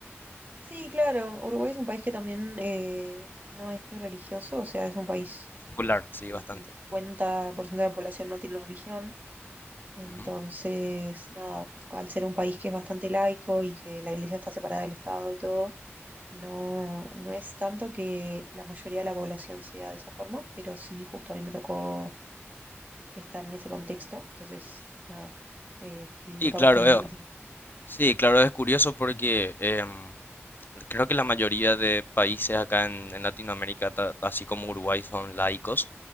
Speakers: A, on the right (about 40°); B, on the left (about 45°).
A: Sí, claro, Uruguay es un país que también eh, no es muy religioso, o sea, es un país
B: Popular, sí,
A: que
B: bastante.
A: el 50% de la población no tiene religión Entonces,
B: Ujú.
A: nada, al ser un país que es bastante laico y que la iglesia está separada del Estado y todo, no, no es tanto que la mayoría de la población sea de esa forma, pero sí, justo a mí me tocó estar en ese contexto. Entonces, nada, eh, viví
B: Sí,
A: capaz
B: claro,
A: que una
B: Eo.
A: experiencia.
B: Sí, claro, es curioso porque em, Creo que la mayoría de países acá en, en Latinoamérica, ta- así como Uruguay, son laicos,